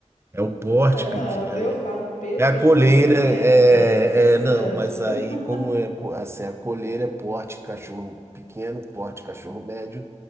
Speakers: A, on the right; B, on the left.
A: É o porte
B: É, não,
A: pequeno.
B: eu falo P
A: É
B: pequeno,
A: a coleira, é,
B: M médio, G
A: é- não,
B: grande.
A: mas aí
B: <laughs>
A: como é co- assim, a coleira é porte cachorro pequeno, porte cachorro médio